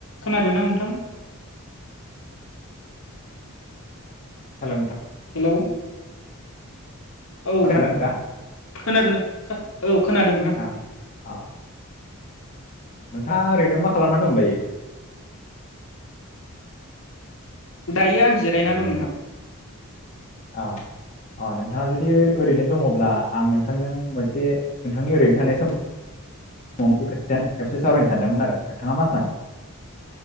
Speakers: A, on the left; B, on the left.
A: खोनादोंना नोंथां?
B: हेलौ नोंथाङ।
A: हेलौ। औ
B: खोनादोंना नोंथाङा?
A: खोनादोंना औ खोनादों नोंथां।
B: औ अ नोंथाङा ओरैनो मा खालामनानै दं दायो।
A: दायो आं जिरायना दं नोंथां।
B: औ अ नोंथाङा जुदि ओरैनो दङब्ला आं नोंथांजों मोनसे नोंथांनि ओरैनो थानाय समाव मोनसे खोथानि सायावसो सावरायनो सानदोंमोन आरो नोंथाङा मा सानो।